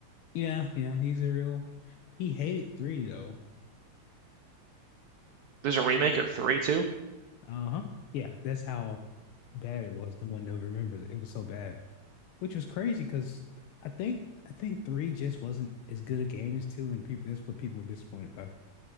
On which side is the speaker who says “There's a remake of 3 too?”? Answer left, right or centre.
Right